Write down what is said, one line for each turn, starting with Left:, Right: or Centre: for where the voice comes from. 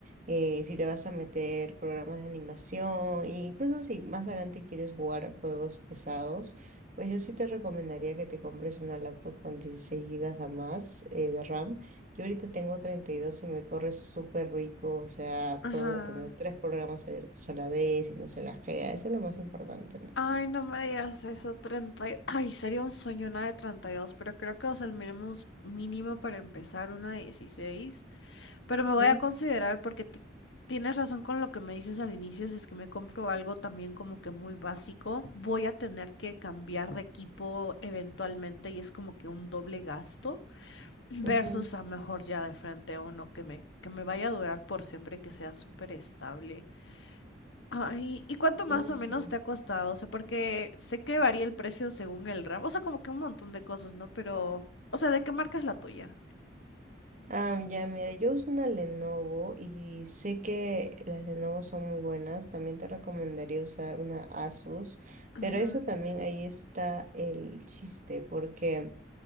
Right: Eh, si le vas a meter programas de animación, e incluso si más adelante quieres jugar a juegos pesados pues yo sí te recomendaría que te compres una laptop con 16 gigas a más eh, de RAM. Yo ahorita tengo 32 y dos y me corre súper rico, o sea,
Left: Ajá.
Right: puedo tener tres programas abiertos a la vez y no se lajea, eso es lo más importante, ¿no?
Left: Ay, no me digas eso, 30. y- Ay, sería un sueño una de 32, pero creo que, o sea, el mínimo, es- mínimo para empezar una de 16. Pero me voy
Right: Ujú,
Left: a considerar porque ti- tienes razón con lo que me dices al inicio, si es que me compro algo también como que muy básico, voy a tener que cambiar de equipo eventualmente y es como que un doble gasto versus
Right: ujú,
Left: a mejor ya de frente uno que me, que me vaya a durar por siempre y que sea súper estable. Ay, ¿y cuánto más
Right: Sí,
Left: o
Right: sí.
Left: menos te ha costado? O sea, porque sé que varía el precio según el ramo. O sea, como que un montón de cosas, ¿no? Pero, o sea, ¿de qué marca es la tuya?
Right: Ah, ya, mira, yo uso una Lenovo y sé que las Lenovo son muy buenas. También te recomendaría usar una Asus,
Left: Ajá,
Right: pero eso también ahí está el chiste, porque